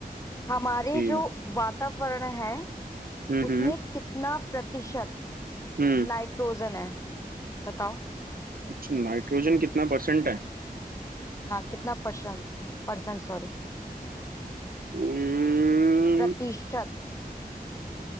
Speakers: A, on the left; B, on the right.
A: हमारे
B: ठीक
A: जो
B: है
A: वातावरण है
B: हम्म
A: उसमें कितना प्रतिशत
B: हम्म
A: नाइट्रोजन है बताओ
B: अच्छा नाइट्रोजन कितना परसेंट है
A: हाँ कितना परसेंट परसेंट सॉरी
B: उम्म,
A: प्रतिशत